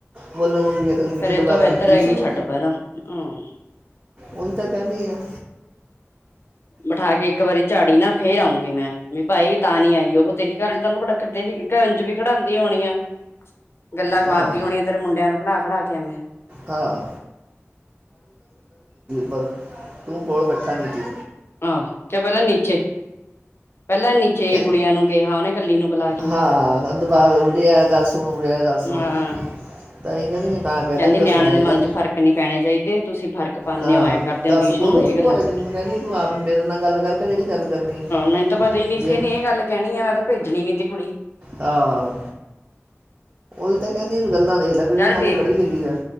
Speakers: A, on the right; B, on the left.
A: ਬੋਲਣ ਦੀ ਵੀ ਅਕਲੀ
B: ਫੇਰ
A: ਪਿਛਲੇ
B: ਇਹ
A: ਵਾਰਦੀ
B: ਤੋਂ ਬਿਹਤਰ ਹੈਗੀ
A: ਸੂ
B: ਛੱਡ ਪਰਾਂ ਹੂੰ
A: ਹੀ ਤਾਂ ਕਹਿੰਦੀ ਆ।
B: ਬਿਠਾ ਕੇ ਇੱਕ ਵਾਰੀ ਝਾੜੀ ਨਾ ਫੇਰ ਆਉਂਗੀ। ਮੈਂ ਵੀ ਭਾਈ ਤਾਂ ਨੀ ਆਈ ਉਹ ਤੇਰੀ ਘਰ ਲਈ ਤਹਨੂੰ ਬੜਕਦੇ ਸੀ ਘ ਅੰਝ ਵੀ ਖੜਾਂਦੀ ਹੋਣੀ ਆ। ਗੱਲਾਂ ਖਵਾਰਦੀ
A: ਹਾਂ
B: ਹੋਣੀਆਂ ਤੇਰੇ ਮੁੰਡਿਆਂ ਨੂੰ ਖੜਾ ਖੜਾ ਕੇ ਐਵੇਂ।
A: ਹਾਂ ਪਰ ਤੂੰ ਕੋਲ ਬੈਠਾ ਨੀ ਤੀ
B: ਆਹੋ ਚ ਪਹਿਲਾਂ ਨੀਚੇ ਪਹਿਲਾਂ ਨੀਚੇ
A: ਇਹ-
B: ਗੁੜੀਆਂ ਨੂੰ ਕਿਹਾ ਉਹਨੇ ਕੱਲੀ ਨੂੰ ਬੁਲਾ ਕੇ
A: ਹਾਂ ਦੁਬਾਵੇ ਉੜੀ ਆ ਗੱਲ ਸੁਣ ਉਡੀੀ ਆਆ ਗੱਲ ਸੁਣ
B: ਹਾਂ
A: ਤਾਂ ਇਹ ਵੀ ਨਾ ਕਹਤਾ
B: ਕਹਿੰਦੀ
A: ਤਾਂ
B: ਨਿਆਣਿਆਂ
A: ਸੁਣਿਆ
B: ਦੇ
A: ਜਾ
B: ਮਨ ਚ ਫਰਕ ਨਹੀਂੀ ਪੈਣੇ ਚਾਹੀਦੇ ਤੁਸੀਂ। ਫ਼ਰਕ ਪਾਉਦੇ
A: ਹਾਂ
B: ਹੋ ਐਂ ਕਰਦੇਓ
A: ਦੱਸ
B: ਦੀਸ਼ੂ
A: ਉਹਨੂੰ
B: ਨੂੰ ਇਹ
A: ਤੂੰ
B: ਗੱਲਾਂ
A: ਭੋਰਾ
B: ਹਹ
A: ਜਿੰਨੂੰ ਕਹਿੰਦੀ ਤੂੰ ਆਪ ਮੇਰੇ ਨਾਲ ਗੱਲ ਕਰਕੇ ਜਿਹੜੀ ਗੱਲ ਕਰਨੀ ਹੈ
B: ਮੈਨੂੰ ਤਾਂ ਪਤਾ ਹੀ ਨੀ
A: ਵੀ
B: ਸੀ
A: ਇਹਨੂੰ-
B: ਇਹਨੇ ਇਹ ਗੱਲ ਕਹਿਣੀ ਆ ਮੈਂ ਤਾਂ ਭੇਜਣੀ ਨੀ ਤੀ ਕੁੜੀ।
A: ਆਾਂ। ਨਹੀਂ ਬੱਲ ਇਹ ਲਗਈ
B: ਚੱਲ ਠੀਕ
A: ਹੇ ਪੜ੍ਹੀ
B: ਆ
A: ਲਿਖੀ ਹੈ।